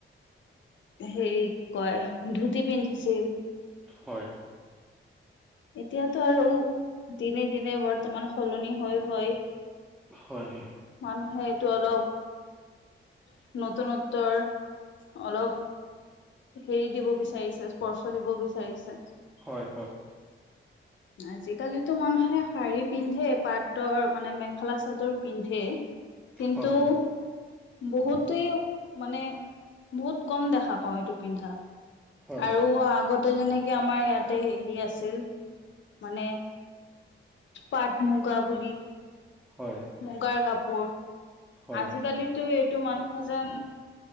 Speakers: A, on the left (about 65°); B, in the centre.
A: হেৰি কি কয় ধুতি পিন্ধিছিল।
B: হয়
A: এতিয়াতো আৰু দিনে দিনে বৰ্তমান সলনি হৈ হৈ।
B: হয়
A: মানুহে এইটো অলপ নতুনত্বৰ অলপ। হেৰি দিব বিচাৰিছে স্পৰ্শ দিব বিচাৰিছে।
B: হয়
A: আজিকালিটোো মানুহ। শাৰী পিন্ধে পাতৰ মানে মেখেলা চাদৰ পিন্ধে। কিন্তু
B: হয়
A: বহুতেই মানে বহুত কম দেখা পাও এইটো পিন্ধা
B: হয়
A: আৰু আগতে যেনেকে আমাৰ ইয়াতে হেৰি আছিল মানে। পাট মুগা বুলিি।
B: হয়
A: মুগাৰ কাপোৰ
B: হয়
A: আজিকালিতো এইটো মানুহ যেন।